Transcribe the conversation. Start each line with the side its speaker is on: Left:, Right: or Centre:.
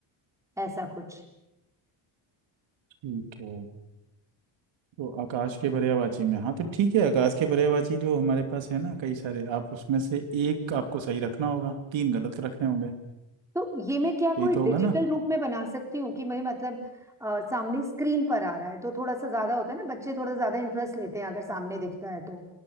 Centre: ऐसा कुछ
Right: ठीक है तो आकाश के पर्यायवाची में हाँ तो ठीक है आकाश के पर्यायवाची जो हमारे पास है ना कई सारे आप उसमें से एक आपको सही रखना होगा तीन गलत रखने होंगे
Centre: तो ये मैं क्या
Right: यही
Centre: कोई
Right: तो
Centre: डिजिटल
Right: होगा ना
Centre: रूप में बना सकती हूँ कि मैं मतलब अ, सामने स्क्रीन पर आ रहा है तो थोड़ा सा ज्यादा होता है ना बच्चे थोड़ा ज्यादा इंटरेस्ट लेते हैं अगर सामने दिखता है तो